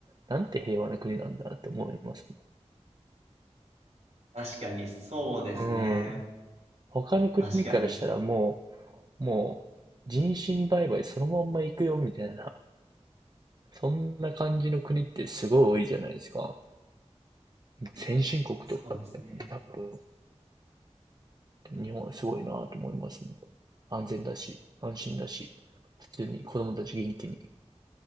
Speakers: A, on the right; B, on the right.
A: なんて平和な国なんだって思いますね
B: 確かに、そうですね。
A: うん。他の国からしたらも
B: 確かに。
A: う、もう人身売買そのまんま行くよみたいな、そんな感じの国ってすごい多いじゃないですか。先進国とかって多分、
B: そうですね。
A: 日本はすごいなと思いますもん安全だし、安心だし、普通に子供たち元気に